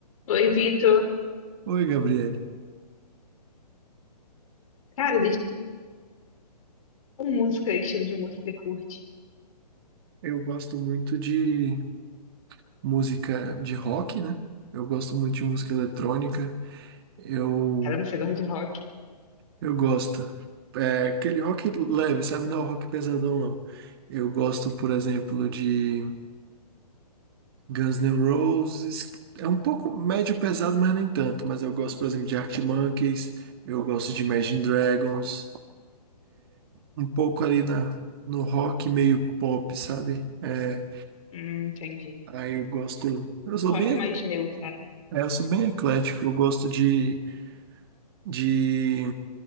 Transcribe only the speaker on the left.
Oi, Vitor.
Cara, de tipo música, estilo de música que você curte.
Caramba, você gosta de rock?
Hum, entendi.
Um rock
mais neutro, né?